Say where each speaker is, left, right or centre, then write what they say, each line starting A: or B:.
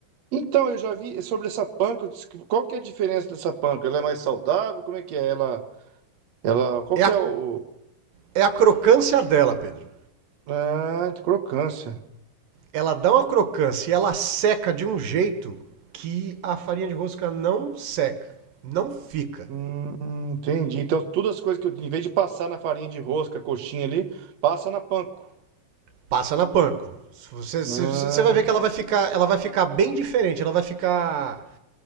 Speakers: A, on the right; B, on the right.
A: Então, eu já vi sobre essa panca. eu disse que- Qual que é a diferença dessa panca? Ela é mais saudável? Como é que é? Ela, ela, qual
B: É
A: que
B: a,
A: é o...
B: é a crocância dela, Pedro.
A: Ah, de crocância.
B: Ela dá uma crocância e ela seca de um jeito que a farinha de rosca não seca, não fica.
A: Hum, entendi. Então, todas as coisas que eu... Em vez de passar na farinha de rosca, coxinha ali, passa na panko.
B: Passa na panko. Você, você,
A: Ah,
B: você vai ver que ela vai ficar, ela vai ficar bem diferente. Ela vai ficar